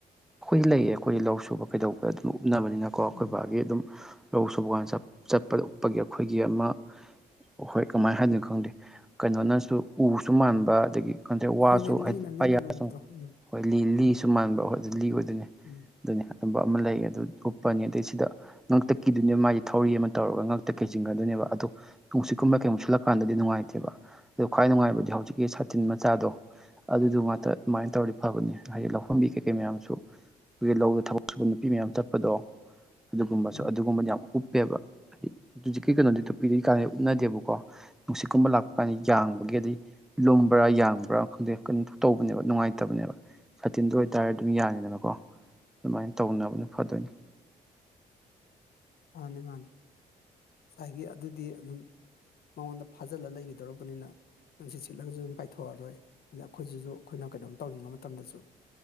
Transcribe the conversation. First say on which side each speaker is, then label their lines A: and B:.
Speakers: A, in the centre; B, on the left.
A: ꯑꯩꯈꯣꯏꯗꯤ ꯂꯩꯌꯦ ꯑꯩꯈꯣꯏꯗꯤ ꯂꯧ ꯁꯨꯕ ꯀꯩꯗꯧꯕ ꯑꯗꯨꯝ ꯎꯞꯅꯕꯅꯤꯅꯀꯣ ꯑꯩꯈꯣꯏ
B: ꯎꯝ
A: ꯕꯥꯒꯤ ꯑꯗꯨꯝ ꯂꯧ ꯁꯨꯕꯀꯥꯟ ꯆꯠꯄꯗ ꯎꯞꯄꯒꯤ ꯑꯩꯈꯣꯏꯒꯤ ꯑꯃ ꯍꯣꯏ ꯀꯃꯥꯏꯅ ꯍꯥꯏꯗꯣꯏꯅꯣ ꯈꯪꯗꯦ ꯀꯩꯅꯣꯅꯁꯨ ꯎꯁꯨ ꯃꯥꯟꯕ ꯑꯗꯒꯤ ꯀꯟꯗ꯭ꯔꯦ ꯋꯥꯁꯨ
B: ꯍꯣꯏꯅꯦ ꯂꯤꯅ
A: ꯍꯥꯏꯗꯤ
B: ꯂꯤꯅ
A: ꯄꯌꯥꯁꯨ
B: ꯂꯣꯟꯕꯗꯣ ꯎꯝ
A: ꯍꯣꯏ ꯂꯤ
B: ꯎꯝ
A: ꯂꯤꯁꯨ ꯃꯥꯟꯕꯣꯏ ꯂꯤ ꯑꯣꯏꯗꯣꯏꯅꯦ
B: ꯎꯝ
A: ꯑꯗꯨꯅꯦ ꯑꯗꯨꯝꯕ ꯑꯃ ꯂꯩ ꯑꯗꯨ ꯎꯞꯄꯅꯤ ꯑꯗꯩ ꯁꯤꯗ ꯉꯛꯇ ꯀꯤꯗꯣꯏꯅꯦꯕ ꯃꯥꯒꯤ ꯊꯧꯔꯤ ꯑꯃ ꯇꯧꯔꯒ ꯉꯥꯛꯛꯇ ꯀꯩ ꯆꯤꯡꯒꯗꯣꯏꯕ ꯑꯗꯣ ꯅꯨꯡꯁꯤꯠꯀꯨꯝꯕ ꯀꯩꯃꯨꯛꯁꯤꯜꯂꯛꯄ ꯀꯀꯥꯟꯗꯗꯤ ꯅꯨꯡꯉꯥꯏꯇꯦꯕ ꯑꯗꯨꯣ ꯈ꯭ꯋꯥꯏ ꯅꯨꯡꯉꯥꯏꯕꯗꯤ ꯍꯧꯖꯤꯛꯀꯤ ꯁꯥꯇꯤꯟ ꯃꯆꯥꯗꯣ ꯑꯗꯨꯗꯨ ꯉꯥꯛꯇ ꯑꯗꯨꯃꯥꯏꯅ ꯇꯧꯔꯗꯤ ꯐꯕꯅꯦ ꯍꯥꯏꯗꯤ ꯂꯧꯐꯝꯕꯤ ꯀꯩ ꯀꯩ ꯃꯌꯥꯝꯁꯨ ꯑꯩꯈꯒꯤ ꯂꯧꯗ ꯊꯕꯛ ꯁꯨꯕ ꯅꯨꯄꯤ ꯃꯌꯥꯝ ꯆꯠꯄꯗꯣ ꯑꯗꯨꯒꯨꯝꯕꯁꯨ
B: ꯎꯝ
A: ꯑꯗꯨꯒꯨꯝꯕꯗꯤ ꯌꯥꯝ ꯎꯞꯄꯦꯕ ꯍꯥꯏꯗꯤ ꯍꯧꯖꯤꯛꯀꯤ ꯀꯩꯅꯣꯗꯤ ꯇꯣꯄꯤꯗꯩ ꯀꯥꯟꯅꯩ ꯎꯞꯅꯗꯦꯕꯀꯣ ꯅꯨꯡꯁꯤꯠꯀꯨꯝꯕ ꯂꯥꯛꯄ ꯀꯥꯟꯗ ꯌꯥꯡꯕꯒꯤꯗꯤ ꯂꯨꯝꯕ꯭ꯔꯥ ꯌꯥꯡꯕ꯭ꯔꯥ ꯈꯪꯗꯦ ꯀꯩꯅ ꯇꯧꯕꯅꯦꯕ ꯅꯨꯡꯉꯥꯏꯇꯕꯅꯦꯕ ꯁꯥꯇꯤꯟꯗꯨ ꯑꯣꯏ ꯗꯥꯏꯔ ꯑꯗꯨꯝ ꯌꯥꯡꯉꯤꯗꯅꯀꯣ ꯑꯗꯨꯃꯥꯏꯅ ꯇꯧꯅꯕꯅ ꯐꯗꯣꯏꯅꯤ
B: ꯃꯥꯅꯤ ꯃꯥꯅꯤ ꯉꯁꯥꯏꯒꯤ ꯑꯗꯨꯗꯤ ꯑꯗꯨꯝ ꯃꯉꯣꯟꯗ ꯐꯥꯖꯤꯜꯂ ꯂꯩꯒꯗꯧꯔꯕꯅꯤꯅ ꯅꯨꯡꯁꯤꯠ ꯁꯤꯠꯂꯒꯁꯨ ꯑꯗꯨꯝ ꯄꯥꯏꯊꯣꯛꯑꯔꯣꯏ ꯑꯗꯩ ꯑꯩꯈꯣꯏꯁꯨ ꯑꯩꯈꯣꯏꯅ ꯀꯩꯅꯣꯝ ꯇꯧꯅꯤꯡꯕ ꯃꯇꯝꯗꯁꯨ